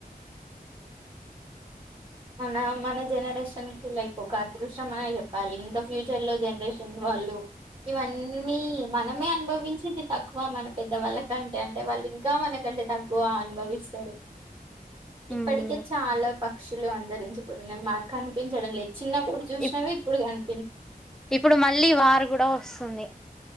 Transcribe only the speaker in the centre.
మ్మ్
ఇప్
ఇప్పుడు మళ్ళీ వారు కూడా వస్తుంది